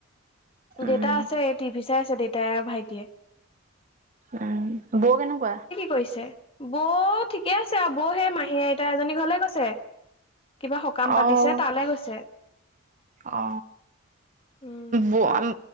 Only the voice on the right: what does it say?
উম,
উম বৌ কেনেকুৱা
অ',
অ
বৌ